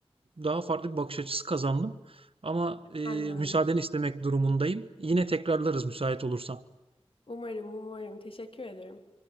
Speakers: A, on the right; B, on the left.
A: daha farklı bir bakış açısı kazandım. Ama e,
B: Ben de aynı
A: müsaadeni
B: şey.
A: istemek durumundayım. Yine tekrarlarız müsait olursan.
B: Umarım, umarım. Teşekkür ederim.